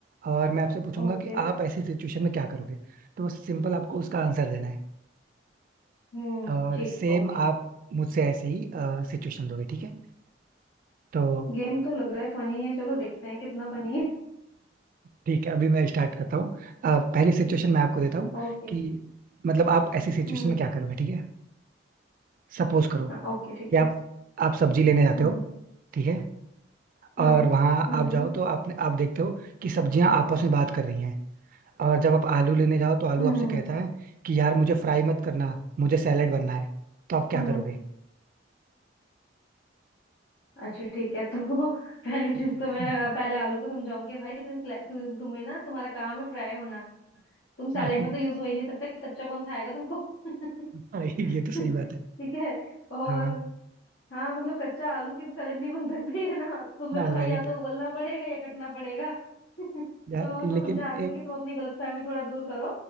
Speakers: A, on the right; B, on the left.
A: और मैं आपसे पूछूंगा
B: ओके
A: कि आप ऐसी सिचुएशन में क्या करोगे तो बस सिंपल आपको उसका आंसर देना है
B: हम्म
A: और
B: ठीक
A: सेम
B: है ओके
A: आप मुझसे ऐसे ही सिचुएशन दोगे ठीक है तो
B: गेम तो लग रहा है फनी है चलो देखते हैं कितना फनी है
A: ठीक है अभी मैं स्टार्ट करता हूँ अ, पहली सिचुएशन मैं आपको देता हूँ
B: ओके
A: कि मतलब आप ऐसी सिचुएशन
B: हम्म
A: में क्या करोगे ठीक है सपोज करो कि
B: हाँ ओके ठीक है
A: आप आप सब्जी लेने जाते
B: हम्म
A: हो ठीक है
B: हाँ
A: और वहां
B: हम्म
A: आप जाओ तो आपने आप देखते हो कि सब्जियां आपस में बात कर रही हैं और जब आप आलू लेने जाओ तो आलू
B: हम्म
A: आपसे कहता है कि यार मुझे फ्राई मत करना मुझे सैलेड बनना है तो आप क्या
B: हम्म
A: करोगे
B: अच्छा ठीक है तो <laughs> पहली चीज
A: <laughs>
B: तो मैं अ, पहले आलू को समझाऊंगी भाई तू, फ्ला- तू तुम्हें ना तुम्हारा काम है फ्राई होना तुम सैलेड
A: हाँ
B: में तो यूज हो ही नहीं सकता कच्चा कौन खाएगा तुमको <laughs>
A: हाँ, ये तो सही
B: <laughs> ठीक
A: बात है
B: है और
A: हाँ
B: हाँ मतलब कच्चा आलू की तो सैलेड नहीं बन सकती है ना तुम्हें
A: हाँ
B: तो भाई
A: राइट
B: या तो उबलना पड़ेगा या कटना पड़ेगा <laughs> तो
A: यार
B: मैं उसको
A: लेकिन
B: समझा दूंगी
A: एक
B: कि तुम अपनी गलतफहमी थोड़ा दूर करो